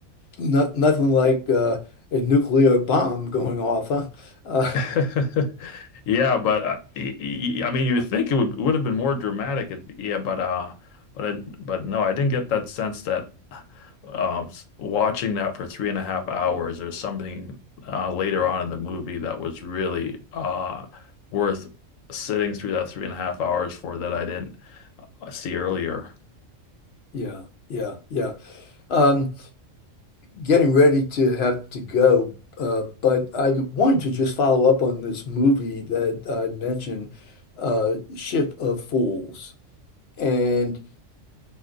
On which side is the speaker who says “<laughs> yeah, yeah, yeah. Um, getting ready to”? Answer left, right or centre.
Left